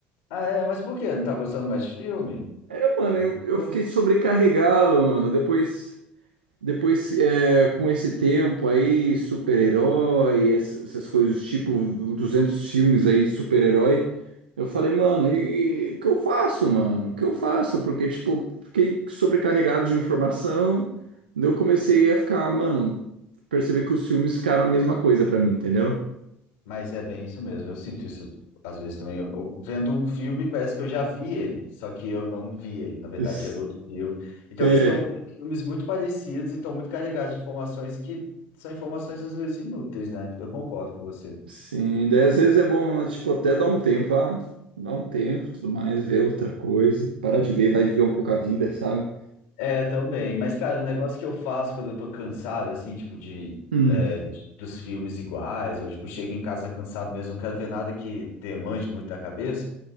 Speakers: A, on the left (about 70°); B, on the right (about 85°).
A: Ah, é, mas por quê? Não tá gostando mais de filme?
B: É, mano,
A: Do
B: eu,
A: gosto?
B: eu fiquei sobrecarregado, mano. Depois. Depois, é, com esse tempo aí, super-herói, ess- essas coisas, tipo 200 filmes aí de super-herói, eu falei, mano, e e o que eu faço, mano? O que eu faço? Porque, tipo, fiquei sobrecarregado de informação, daí eu comecei a ficar, mano, perceber que os filmes ficaram a mesma coisa pra mim, entendeu?
A: Mas é bem isso mesmo. Eu sinto isso às vezes também. Eu- eu- vendo um filme, parece que eu já vi ele, só que eu não vi ele. Na verdade,
B: S-
A: era outro filme. Então,
B: É.
A: eles estão filmes muito parecidos e estão muito carregados de informações que são informações às vezes inúteis, né? Eu concordo com você.
B: Sim, daí às vezes é bom, né, tipo, até dar um tempo, ah, dar um tempo, tudo mais, ver outra coisa, parar de ver, vai viver um pouco a vida, sabe?
A: É, também. Mas, cara, o negócio que eu faço quando eu tô cansado, assim, tipo, de,
B: Hum.
A: é, de- dos filmes iguais, ou tipo, chego em casa cansado mesmo, não quero ver nada que demande muito da cabeça,